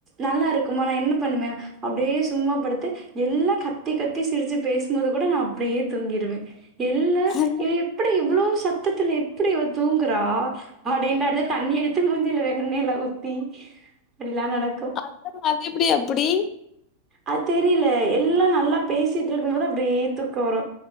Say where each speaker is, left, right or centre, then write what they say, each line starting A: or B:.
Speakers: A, on the right; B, on the left.
A: நல்லாருக்குமா நா என்ன பண்ணுவ அப்டியே சும்மா படுத்து எல்லா கத்தி கத்தி சிரிச்சு பேசும்போது கூட நா அப்டியே தூங்கிடுவே என்ன
B: ஹவ்
A: இவ எப்டி இவ்ளோ சத்தத்துல எ ப்டி இவ தூங்குறா அடின்னாரு தண்ணி எடுத்து மூஞ்சில வேணுனே எல்லா ஊத்தி இப்டில்லா நடக்கு
B: சத்தத்துல அது எப்டி அப்டி
A: அ தெரில எல்லா நல்லா பேசிட்ருக்கும் போது அப்டியே துக்கொ வரு